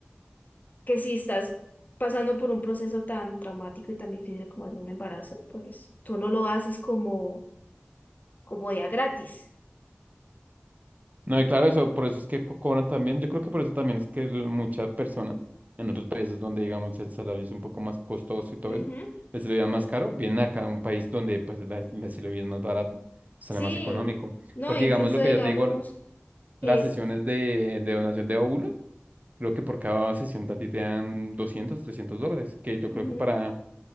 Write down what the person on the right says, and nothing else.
No, y claro, eso, por eso es que co- cobran también, yo creo que por eso también es que el- muchas personas en otros países donde, digamos, el salario es un poco más costoso y todo
eso, les lo más caro, vienen acá a un país donde, pues, la, la es más barato, sale
más económico,
porque,
digamos, lo
que yo te digo,
las sesiones de, de donación de óvulos, Creo que por cada sesión a ti te dan 200 300 dólares, que yo
creo que para,